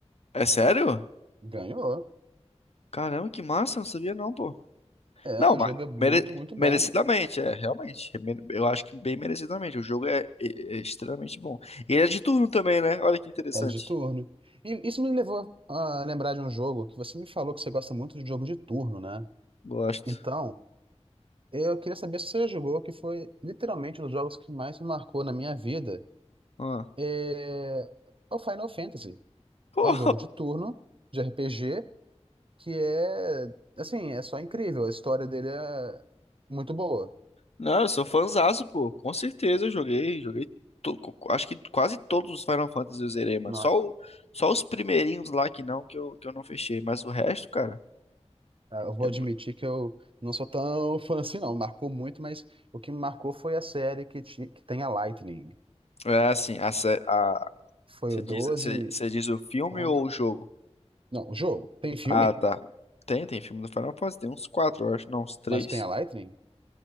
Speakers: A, on the left; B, on the right.
A: É sério?
B: Ganhou.
A: Caramba, que massa, não sabia não, pô.
B: É,
A: Não,
B: o
A: mas
B: jogo é muito,
A: mere-
B: muito
A: merecidamente,
B: bom.
A: é, realmente. É mere- Eu acho que bem merecidamente. O jogo é, é- é extremamente bom. E ele é de turno também, né? Olha que interessante.
B: É de turno. E isso me levou a lembrar de um jogo que você me falou que você gosta muito de jogo de turno, né?
A: Gosto.
B: Então, Eu queria saber se você já jogou, que foi literalmente um dos jogos que mais me marcou na minha vida.
A: Ah.
B: É, é o Final Fantasy.
A: Pô,
B: É um jogo de turno, de RPG, que é, assim, é só incrível. A história dele é muito boa.
A: não, eu sou fãzaço, pô. Com certeza eu joguei, joguei. to- co- co- Acho que quase todos os Final Fantasy eu zerei, mano.
B: Nossa.
A: Só, o- só os primeirinhos lá que não, que eu, que eu não fechei. Mas o resto, cara.
B: Ah, Eu vou
A: É,
B: admitir
A: mu-
B: que eu não sou tão <laughs> fã assim, não. Marcou muito, mas o que me marcou foi a série que, ti- que tem a Lightning.
A: é assim, a, sé- a,
B: Foi
A: você
B: o
A: diz,
B: 12.
A: você, você diz o filme
B: 11...
A: ou o jogo?
B: Não, o jogo. Tem filme,
A: Ah, tá. Tem, tem filme do Final Fantasy, tem uns quatro, eu acho. Não, uns três.
B: mas tem a Lightning?